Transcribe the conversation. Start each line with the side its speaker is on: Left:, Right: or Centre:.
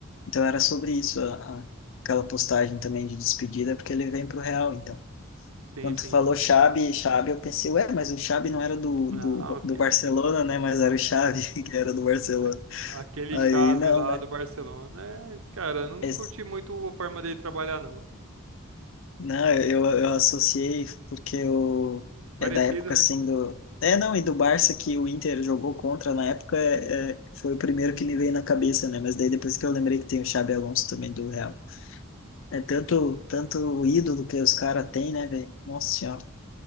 Left: Então era sobre isso, a, a- aquela postagem também de despedida, porque ele vem pro Real, então.
Right: Sim,
Left: Quando
Right: sim.
Left: tu falou Xabi, Xabi, eu pensei, ué, mas o Xabi não era do,
Right: Não,
Left: do,
Right: aque-
Left: do Barcelona, né, mas era o Xavi <laughs> que era do Barcelona.
Right: aque- a- aquele
Left: Aí,
Right: chave
Left: não,
Right: lá do Barcelona, é, cara, eu não
Left: né.
Right: curti muito a forma dele trabalhar, não.
Left: Não, eu, eu eu associei porque eu,
Right: Parecido,
Left: é da época
Right: né?
Left: assim do. É, não, e do Barça que o Inter jogou contra na época é, é, foi o primeiro que me veio na cabeça, né? Mas daí depois que eu lembrei que tem o Xabi Alonso também do Real. É tanto, tanto o ídolo que os caras têm, né, velho? Nossa Senhora.